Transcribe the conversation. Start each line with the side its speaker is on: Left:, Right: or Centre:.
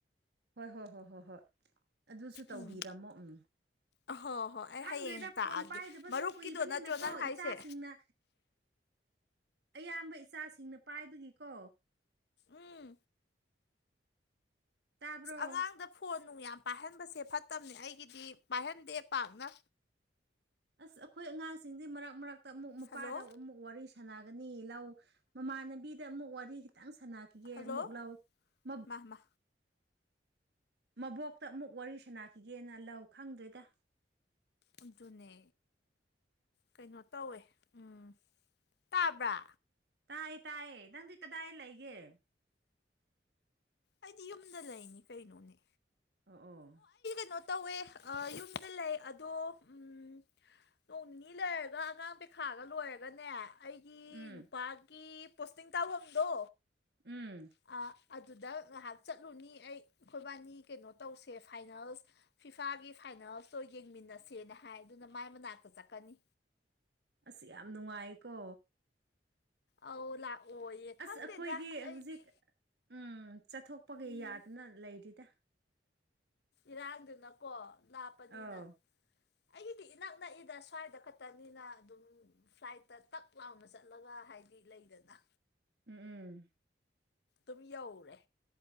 Right: ꯍꯣꯏ ꯍꯣꯏ ꯍꯣꯏ ꯍꯣꯏ ꯍꯣꯏ ꯑꯗꯨꯁꯨ ꯇꯧꯕꯤꯔꯝꯃꯣ
Left: ꯎꯝ
Right: ꯎꯝ
Left: ꯑꯍꯣꯏ ꯍꯣꯏ ꯑꯩ
Right: ꯈꯪꯗ꯭ꯔꯦꯗ
Left: ꯍꯌꯦꯡ ꯇꯥꯛꯑꯒꯦ
Right: ꯐꯣꯟ ꯄꯥꯏꯗꯕꯁꯨ
Left: ꯃꯔꯨꯞꯀꯤꯗꯣ
Right: ꯀꯨꯏꯕꯅꯤꯅꯀꯣ
Left: ꯅꯠꯇ꯭ꯔꯣ ꯅꯪ ꯍꯥꯏꯁꯦ
Right: ꯏꯆꯥꯁꯤꯡꯅ ꯑꯌꯥꯝꯕ ꯏꯆꯥꯁꯤꯡꯅ ꯄꯥꯏꯕꯒꯤꯀꯣ
Left: ꯎꯝ
Right: ꯇꯥꯕ꯭ꯔꯣ
Left: ꯑꯉꯥꯡꯗ ꯐꯣꯟ ꯅꯨꯡ ꯌꯥꯝ ꯄꯥꯏꯍꯟꯕꯁꯦ ꯐꯠꯇꯕꯅꯦ ꯑꯩꯒꯤꯗꯤ ꯄꯥꯏꯍꯟꯗꯦ ꯄꯥꯛꯅ
Right: ꯑꯁ ꯑꯩꯈꯣꯏ ꯑꯉꯥꯡꯁꯤꯡꯁ ꯃꯔꯛ ꯃꯔꯛꯇ ꯑꯃꯨꯛ ꯃꯄꯥꯗ
Left: ꯍꯜꯂꯣ
Right: ꯑꯃꯨꯛ ꯋꯥꯔꯤ ꯁꯥꯟꯅꯒꯅꯤ ꯂꯧ ꯃꯃꯥꯟꯅꯕꯤꯗ ꯑꯃꯨꯛ ꯋꯥꯔꯤ ꯈꯤꯇꯪ ꯁꯥꯟꯅꯈꯤꯒꯦ
Left: ꯍꯜꯂꯣ
Right: ꯑꯃꯨꯛ ꯂꯥꯎꯑꯣ
Left: ꯃꯥ ꯃꯥ
Right: ꯃꯕꯣꯛꯇ ꯑꯃꯨꯛ ꯋꯥꯔꯤ ꯁꯥꯟꯅꯈꯤꯒꯦꯅ ꯂꯧ ꯈꯪꯗ꯭ꯔꯦꯗ
Left: ꯑꯗꯨꯠꯇꯅꯦ ꯀꯩꯅꯣ ꯇꯧꯋꯦ ꯎꯝ ꯇꯥꯕ꯭ꯔꯥ
Right: ꯇꯥꯏꯌꯦ ꯇꯥꯏꯌꯦ ꯅꯪꯗꯤ ꯀꯗꯥꯏ ꯂꯩꯒꯦ
Left: ꯑꯩꯗꯤ ꯌꯨꯝꯗ ꯂꯩꯅꯤ ꯀꯩꯅꯣꯅꯦ
Right: ꯑꯣ ꯑꯣ
Left: ꯀꯩꯅꯣ ꯇꯧꯋꯦ ꯌꯨꯝꯗ ꯂꯩ ꯑꯗꯣ ꯎꯝ ꯅꯣꯡ ꯅꯤꯅꯤ ꯂꯩꯔꯒ ꯑꯉꯥꯡ ꯄꯩꯈꯥꯒ ꯂꯣꯏꯔꯒꯅꯦ ꯑꯩꯒꯤ
Right: ꯎꯝ
Left: ꯅꯨꯄꯥꯒꯤ ꯄꯣꯁꯇꯤꯡ ꯇꯥꯐꯝꯗꯣ
Right: ꯎꯝ
Left: ꯑꯥ ꯑꯗꯨꯗ ꯉꯥꯏꯍꯥꯛ ꯆꯠꯂꯨꯅꯤ ꯑꯩ ꯑꯩꯈꯣꯏꯕꯥꯅꯤ ꯀꯩꯅꯣ ꯇꯧꯁꯦ ꯐꯥꯏꯅꯦꯜꯁ ꯐꯤꯐꯥꯒꯤ ꯐꯥꯏꯅꯥꯜꯁꯇ ꯌꯦꯡꯃꯤꯟꯅꯁꯦꯅ ꯍꯥꯏ ꯑꯗꯨꯅ ꯃꯥꯏ ꯃꯅꯥꯛꯇ ꯆꯠꯀꯅꯤ
Right: ꯑꯁ ꯌꯥꯝ ꯅꯨꯡꯉꯥꯏꯀꯣ
Left: ꯑꯧ ꯂꯥꯛꯑꯣꯌꯦ ꯈꯪꯗꯦꯗ
Right: ꯑꯁ ꯑꯩꯈꯣꯏꯗꯤ
Left: ꯑꯩꯗꯤ
Right: ꯍꯧꯖꯤꯛ ꯎꯝ ꯆꯠꯊꯣꯛꯄꯒꯤ
Left: ꯎꯝ
Right: ꯌꯥꯗꯅ ꯂꯩꯔꯤꯗ
Left: ꯏꯔꯥꯡꯗꯨꯅꯀꯣ ꯂꯥꯞꯄꯅꯤꯅ
Right: ꯑꯧ <unintelligible>
Left: ꯑꯩꯒꯤꯗꯤ ꯏꯅꯛ ꯅꯛꯏꯗ ꯁ꯭ꯋꯥꯏꯗ ꯈꯛꯇꯅꯤꯅ ꯑꯗꯨꯝ ꯐ꯭ꯂꯥꯏꯠꯇ ꯇꯛ ꯂꯥꯎꯕ ꯆꯠꯂꯒ ꯍꯥꯏꯗꯤ ꯂꯩꯗꯅ
Right: ꯎꯝ ꯎꯝ
Left: ꯑꯗꯨꯝ ꯌꯧꯔꯦ